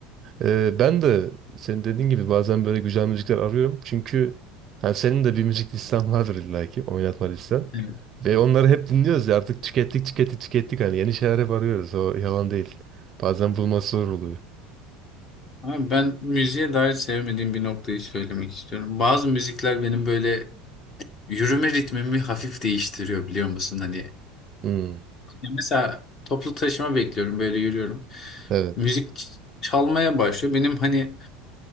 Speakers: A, on the right; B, on the left.
A: Ee, ben de senin dediğin gibi bazen böyle güzel müzikler arıyorum. Çünkü hani senin de bir müzik listen <laughs> vardır illaki oynatma listen.
B: Evet.
A: Ve onları hep dinliyoruz ya artık tükettik tükettik tükettik hani yeni şeyler hep arıyoruz o yalan değil. Bazen bulması zor oluyor.
B: Ama ben müziğe dair sevmediğim bir noktayı söylemek istiyorum. Bazı müzikler benim böyle yürüme ritmimi hafif değiştiriyor biliyor musun? Hani
A: Hmm,
B: Ya mesela toplu taşıma bekliyorum böyle yürüyorum.
A: evet.
B: Müzik çalmaya başlıyor. Benim hani